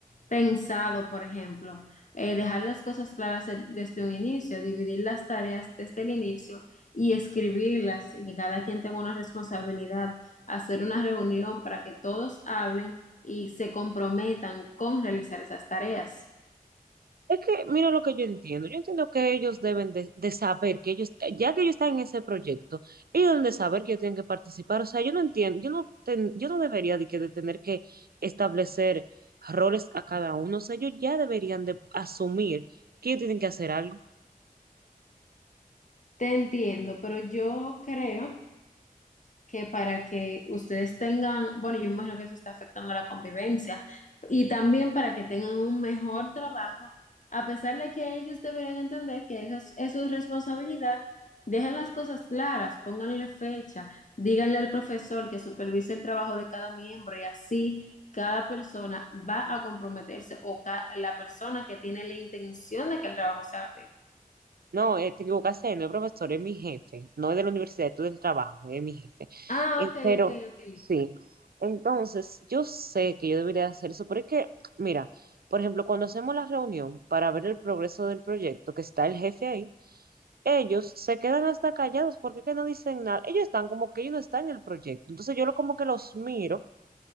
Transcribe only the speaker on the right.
Es que, mira lo que yo entiendo, yo entiendo que ellos deben de, de saber que ellos, eh, ya que ellos están en ese proyecto, ellos deben de saber que ellos tienen que participar, o sea, yo no entiendo, yo no, ten- yo no debería de, que de tener que establecer roles a cada uno, o sea, ellos ya deberían de asumir que ellos tienen que hacer algo.
No, eh, te equivocaste, no el profesor, es mi jefe, no es de la universidad, es del trabajo, es mi jefe.
Eh,
pero
sí, entonces yo sé que yo debería hacer eso, pero es que, mira, por ejemplo, cuando hacemos la reunión para ver el progreso del proyecto, que está el jefe ahí, ellos se quedan hasta callados porque es que no dicen nada, ellos están como que ellos no están en el proyecto, entonces yo lo, como que los miro,